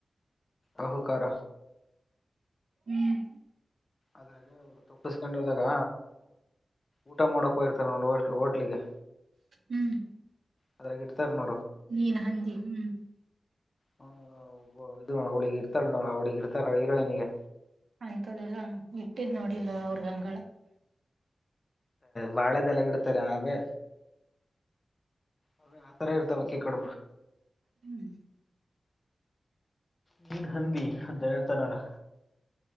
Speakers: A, on the left; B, on the right.
A: ಅಹು ಕಾರ
B: ಹ್ಮ್
A: ಅದ್ರಾಗ ಅವರು ತಪ್ಪಿಸ್ಕೊಂಡು ಹೋದಾಗ ಊಟ ಮಾಡಕ್ ಹೋಗಿರ್ತಾರೆ ನೋಡಿ ಹೋಟ್ ಹೋಟ್ಲಿಗೆ
B: ಹ್ಮ್
A: ಅದ್ರ ಇಡ್ತಾರೆ ನೋಡು
B: ನೀೀನ ಹಂತ ಹ್ಮ್
A: ಹ ಇದು ಅವಳಿಗೆ ಇತಾರ ಅವಳಿಗೆ ಇತಾರ ಹೀರೋನಿಗೆ
B: ಅಂತದೆ ಎಲ್ಲ ಇಟ್ಟಿದ್ ನೋಡಿಲ್ ಅವ್ರಗ ಅಂಗಗಳ
A: ಬಾಳೆದೆಲ್ಲಗ ಇಡ್ತಾರೆ ಆೇ ಅವ ಆತರ ಇರ್ತಾವ ಕೀ ಕಡ
B: ಹ್ಮ್
A: ನೀನ್ ಹಂದಿ ಅಂತ ಹೇಳ್ತಾನಲ್ಲ